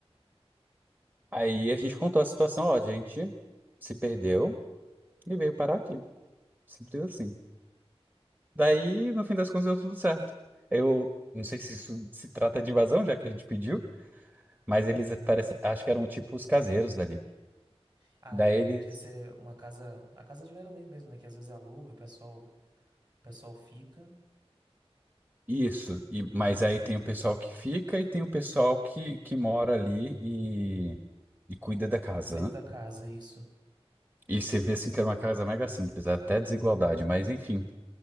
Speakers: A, on the right; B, on the right.
A: Aí a gente contou a situação, ó, a gente se perdeu e veio parar aqui. Simples assim. Daí, no fim das contas, deu tudo certo. Eu não sei se isso se trata de invasão, já que a gente pediu, mas eles parece, acho que eram tipo os caseiros dali.
B: Ah,
A: Daí
B: e aí podia
A: eles.
B: ser uma casa, a casa de veraneio mesmo, né? Que às vezes aluga, o pessoal, o pessoal fica
A: Isso. E, mas aí tem o pessoal que fica e tem o pessoal que, que mora ali e, e cuida da casa,
B: e cuida
A: né?
B: da casa, isso.
A: E você vê assim que era uma casa mega simples, até desigualdade, mas enfim.